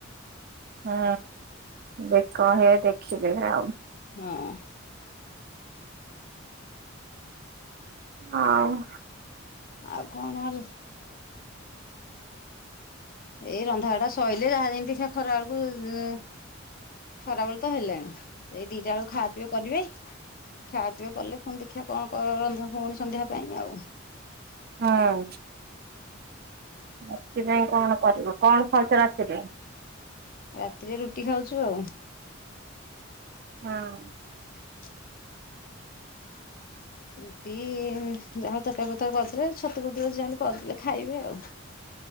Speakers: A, on the right; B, on the left.
A: ହଁ। ଦେ କହ ଦେଖିଦେବେ ଆଉ।
B: ହଁ। <inaudible>
A: ହଁ ଆଉ।
B: ଆଉ କଣଲ ଏଇ ରନ୍ଧାବଢ଼ା ସହିଲେ ଯାହା ଯେମିତି ସେ ଖରା ବେଳକୁ ଉଁ ଖରାବେଳେ ତ ହେଲାଣି। ଏଇ ଦୁଇଟା ବେଳକୁ ଖାଇବା ପିଇବା କରିବେ ଖାଇବା ପିଇବା କଲେ ପୁଣି ଦେଖିବା କଣ ରନ୍ଧା ପୁଣି ସନ୍ଧ୍ୟାବେଳ ପାଇଁ ଆଉ।
A: ହୁଁ। ରାତିପାଇଁ କଣ କରିବ କଣ କଣ ଖାଉଛ ରାତିରେ?
B: ରାତିରେ ରୁଟି ଖାଉଛୁ ଆଉ।
A: ହଁ।
B: <inaudible> ରୁଟି ଯାହା ତରକାରୀ ପତ୍ର କରିଦେଲେ ଚତୁ ଫତୁ ଅଛି ଯାହା କରିଦେଲେ ଖାଇବେ ଆଉ।